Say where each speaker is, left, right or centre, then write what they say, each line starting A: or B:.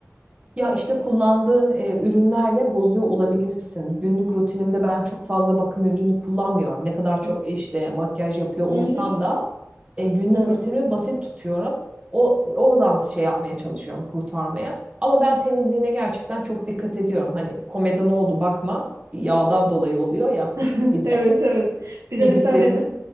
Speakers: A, on the right (about 25°); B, on the right (about 70°).
A: Ya işte kullandığın e, ürünlerle bozuyor olabilirsin. Günlük rutinimde ben çok fazla bakım ürünü kullanmıyorum. Ne kadar
B: Hı
A: çok
B: hı.
A: işte makyaj yapıyor olsam
B: Hı hı.
A: da e, günlük
B: Evet.
A: rutinimi basit tutuyorum. O oradan şey yapmaya çalışıyorum, kurtarmaya. Ama ben temizliğine gerçekten çok dikkat ediyorum. Hani komeda ne oldu bakma. Yağdan dolayı oluyor ya
B: <laughs>
A: bir de
B: Evet evet. Bir
A: yediklerimiz.
B: de mesela benim